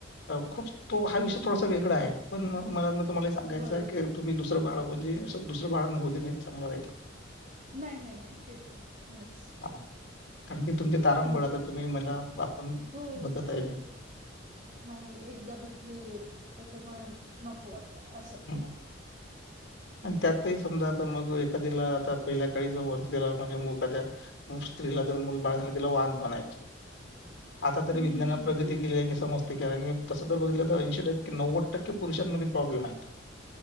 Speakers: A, on the left; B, on the right.
A: खूप तो हा विषय थोडासा वेगळा आहे. पण मग मला तुम्हाला सांगायच
B: बरोबर
A: की तुम्ही दुसर बाळ म्हणजे दुसर बाळांना हो दे नाही हे चांगला राहील.
B: नाही नाही नाही ते तर नाहीच.
A: हां, कारण की तुमची तारांबळ
B: हं.
A: आता तुम्ही मला आपण
B: हो
A: बघत
B: हो.
A: आहे मी.
B: नाही एकदा बितलीे त्याच्यामुळे नको आता अस.
A: हम्म आणि त्यातही समजा आता मग एखाद्याला आता पहिल्या काळी जवळ दिला म्हणजे एखाद्या मग स्त्रीला जर मुल बाळ झाल तर तिला वांज म्हनायच. आता तरी
B: हं, हं,
A: विज्ञानान प्रगती
B: हं, हं.
A: केली आहे की समजते कि आणि तस जर बघीतल तर ऐंशी टक्के नव्वद टक्के पुरुषांमध्ये प्रॉब्लेम आहेत.